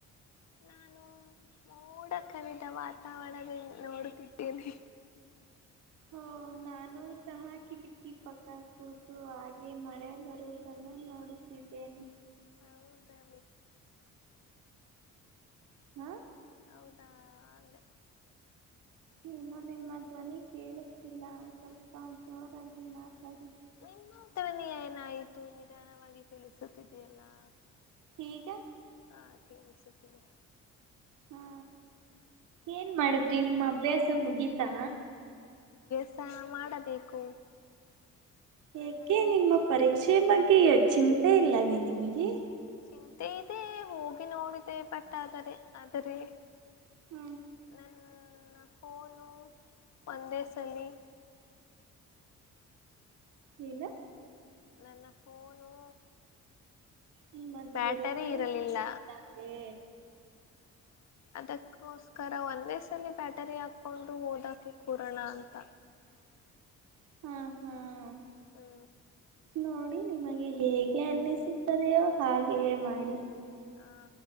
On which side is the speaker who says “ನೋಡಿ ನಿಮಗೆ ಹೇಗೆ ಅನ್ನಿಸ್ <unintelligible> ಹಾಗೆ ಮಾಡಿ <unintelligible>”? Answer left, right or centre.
Right